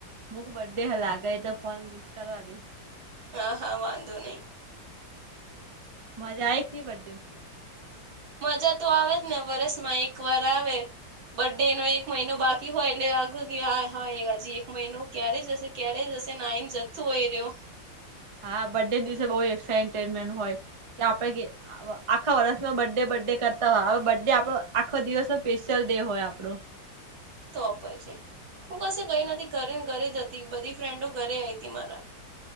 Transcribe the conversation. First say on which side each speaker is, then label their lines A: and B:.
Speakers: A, on the right; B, on the right.
A: મક બર્ડે હલાાગે એટલે ફોન મિસ કરવા દે.
B: હા હા વાંધો નહીં
A: મજા આ એક નની બડ્ડે.
B: મજા તો આવે જ ને વરસમાં એક વાર આવે. બડ્ ડે ન એક મહિનો બાકી હોય, એટલે આાગો કે હા હા એ હાજી એક મહિનો ક્યારે જશે. ક્યારેય જશે નાઈને જથ્થો હોય રહ્યો.
A: હા બર્ડે દિવસે બહ એમેન્ટ હોય, કે આપડે આખા વર્ષમાં બ્ ડે બર્ ડે કરતા હોય હવે બ ડે આપો આખો દિવસ ન સ્પેશિયલ ડે હોય આપણો.
B: તો પછી. હું કસે ગઈ નથી, ઘરે ને ઘરે જતી બધી ફ્રેન્ડો ઘરે આવીઈ હતી મારા.